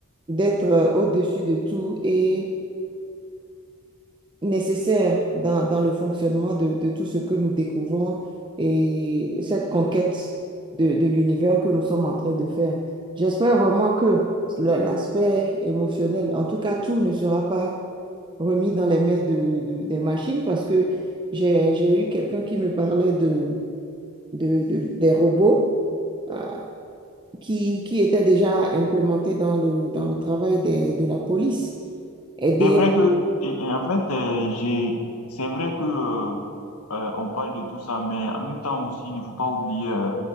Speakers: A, on the right (about 20°); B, on the left (about 70°).
A: d'être euh, au-dessus de tout et nécessaire dans, dans le fonctionnement de, de tout ce que nous découvrons et cette conquête de, de l'univers que nous sommes en train de faire. J'espère vraiment que l'aspect émotionnel, en tout cas, tout ne sera pas remis dans les mains de, de- des machines parce que j'ai, j'ai eu quelqu'un qui me parlait de, de, de- des robots euh, qui, qui étaient déjà implémentés dans le, dans le travail des, de la police. Aider,
B: C'est vrai que, et- et en fait, euh, j'ai, c'est vrai que euh, euh, on parle de tout ça, mais en même temps aussi, il ne faut pas oublier euh,